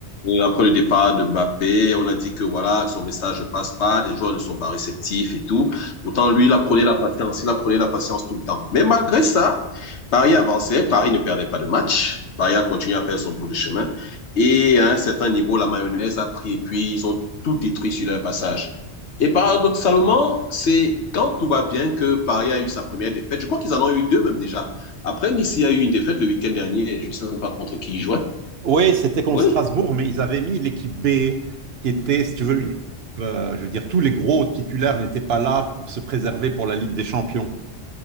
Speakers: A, on the left (about 80°); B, on the right (about 65°).
A: Et après le départ de Mbappé, on a dit que voilà, que son message ne passe pas, les joueurs ne sont pas réceptifs et tout. Pourtant, lui, il apprenait la patience, il apprenait la patience tout le temps. Mais malgré ça, Paris avançait, Paris ne perdait pas de match. Paris a continué à faire son bout de chemin. Et à un certain niveau, la mayonnaise a pris et puis ils ont tout détruit sur leur passage. Et paradoxalement, c'est quand tout va bien que Paris a eu sa première défaite. Je crois qu'ils en ont eu deux même déjà. Après, Nice a eu une défaite le week-end dernier. Je ne sais même pas contre qui ils jouaient.
B: Oui, c'était contre
A: Oui,
B: Strasbourg, mais ils avaient mis l'équipe B, qui était, si tu veux, une équipe, euh, je veux dire, tous les gros titulaires n'étaient pas là pour se préserver pour la Ligue des Champions.